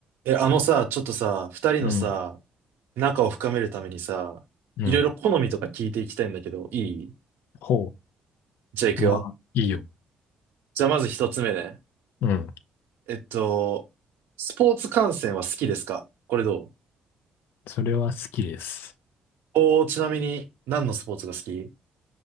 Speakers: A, on the right; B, on the left.
A: え、あのさ、ちょっとさ、二人のさ、
B: うん、
A: 仲を深めるためにさ、
B: うん。
A: いろいろ好みとか聞いていきたいんだけど、いい
B: ほ
A: じゃあ行くよ。
B: う。まあ、いいよ。
A: じゃあまず一つ目ね。
B: うん。
A: えっと、スポーツ観戦は好きですかこれどう
B: それは好きです。
A: おー、ちなみに何のスポーツが好き